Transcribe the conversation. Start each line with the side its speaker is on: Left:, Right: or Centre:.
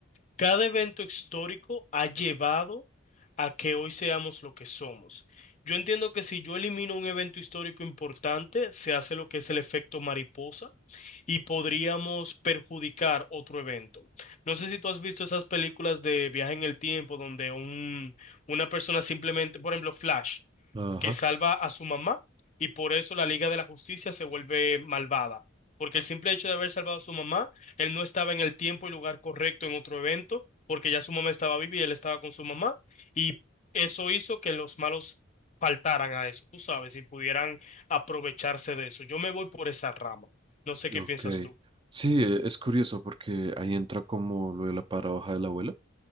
Left: Cada evento histórico ha llevado a que hoy seamos lo que somos. Yo entiendo que si yo elimino un evento histórico importante, se hace lo que es el efecto mariposa y podríamos perjudicar otro evento. No sé si tú has visto esas películas de viaje en el tiempo donde un, una persona simplemente, por ejemplo, Flash
Right: ajá.
Left: que salva a su mamá y por eso la Liga de la Justicia se vuelve malvada. Porque el simple hecho de haber salvado a su mamá, él no estaba en el tiempo y lugar correcto en otro evento, porque ya su mamá estaba viva y él estaba con su mamá, y eso hizo que los malos faltaran a eso, tú sabes, y pudieran aprovecharse de eso. Yo me voy por esa rama. No sé qué
Right: Ok.
Left: piensas tú.
Right: Sí, e- es curioso porque ahí entra como lo de la paradoja del abuelo,